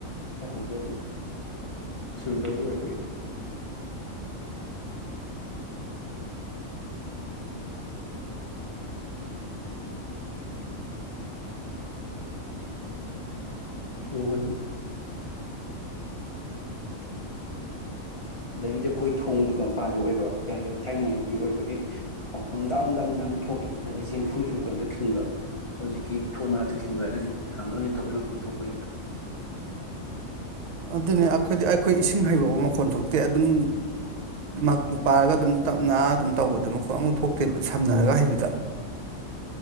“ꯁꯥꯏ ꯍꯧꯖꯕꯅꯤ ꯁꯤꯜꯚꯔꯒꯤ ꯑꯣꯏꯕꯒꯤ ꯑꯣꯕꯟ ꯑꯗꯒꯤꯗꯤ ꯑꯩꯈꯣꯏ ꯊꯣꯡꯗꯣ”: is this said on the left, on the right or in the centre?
Left